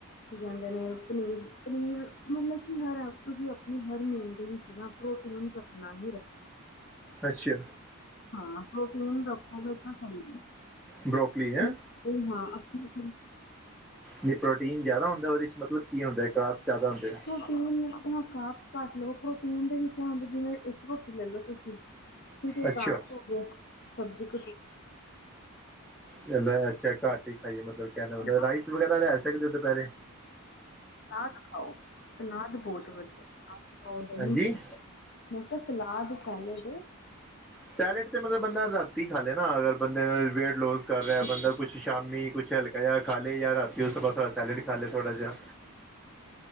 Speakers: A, on the left; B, in the centre.
A: ਕੀ ਕਹਿੰਦੇ ਨੇ ਪਨੀਰ ਪਨੀਰ ਮਤਲਬ ਕਿ ਹਰ ਆਪ ਤੁਸੀਂ ਆਪਣੀ ਹਰ ਮੀਲ ਦੇ ਸੀ ਨਾ। ਪ੍ਰੋਟੀਨ ਰੱਖਣਾ ਹੀ ਰੱਖਣਾ।
B: ਅੱਛਾ
A: ਹਾਂ ਹੋੋ ਪ੍ਰੋਟੀਨ ਰੱਖੋਗੇ ਤਾਂ ਸਹੀ।
B: ਬਰੋਕਲੀ ਹੈ
A: ਪਨੀਰ- ਹਾਂ ਆਪਣੀ
B: ਨਹੀਂ ਪ੍ਰੋਟੀਨ ਜ਼ਿਆਦਾ ਹੁੰਦਾ ਉਹਦੇ ਵਿੱਚ। ਮਤਲਬ ਕੀ ਹੁੰਦਾ ਹੈ ਕਤ ਜ਼ਿਆਦਾ ਹੁੰਦੇ ਆ।
A: ਕਾਪਸ ਕੱਟ ਲਵ ਪ੍ਰੋਟੀਨ ਦੇ ਵਿੱਚ ਜਿਵੇਂ ਇੱਕ ਰੋਟੀ ਲੈ ਲੋ ਤੁਸੀਂ। ਠੀਕ
B: ਅੱਛਾ
A: ਆਪਸ ਹੋ ਗਏ ਸਬਜ਼ੀ ਕ
B: ਚੱਲੇ ਅੱਛਾ ਘੱਟ ਹੀ ਖਾਈਏ ਮਤਲਬ ਕਹਿਣ
A: ਸਲਾਦ
B: ਦਾ ਮਤਲਬ ਰਾਈਸ। ਫਰੂਟ ਵਗੈਰਾ ਲੈ ਸਕਦੇ ਦੁਪਹਿਰੇ?
A: ਸਲਾਦ ਖਾਓ ਸਲਾਦ ਬਹੁਤ ਵਧੀਆ ਖਓ ਦਹੀਂ
B: ਹਾਂਜੀ
A: ਖਾਓ। ਮੈਂ ਕਿਹਾ ਸਲਾਦ ਸੈਲਡ ਏ।
B: ਸੈਲੇਡ ਤੇ ਮਤਲਬ ਬੰਦਾ ਰਾਤੀ ਖਾ ਲੇ ਨਾ ਅਗਰ। ਬੰਦੇ ਨੂੰ ਵੇਟ ਲੋਸ ਕਰ ਰਿਹਾ
A: ਨਾ
B: ਬੰਦਾ ਕੁੱਛ ਸ਼ਾਮੀ ਕੁਛ ਹਲਕਾ ਜਿਹਾ ਖਾਲੇ ਜਾਂ ਰਾਤੀ ਉਸ ਬ। ਥੋੜਾ ਸੈਲੇਡ ਖਾ ਲਏ ਥੋੜਾ ਜਿਹਾ।